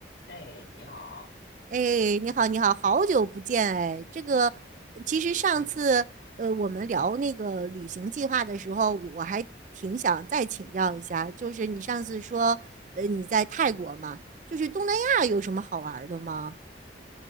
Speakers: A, on the left; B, on the right.
A: 哎，你好，
B: 哎，你好，你好，好久不见哎。这个其实上次呃，
A: 嗯，
B: 我们聊那个旅行计划的时候，我还挺想再请教一下，就是你上次说呃你在泰国嘛，就是东南亚有什么好玩儿的吗？